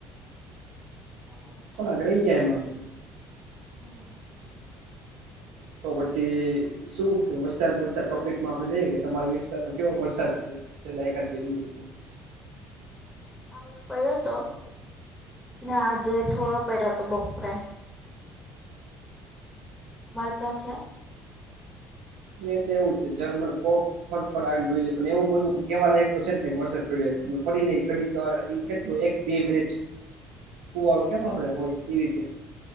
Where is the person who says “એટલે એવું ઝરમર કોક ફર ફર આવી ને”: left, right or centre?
Right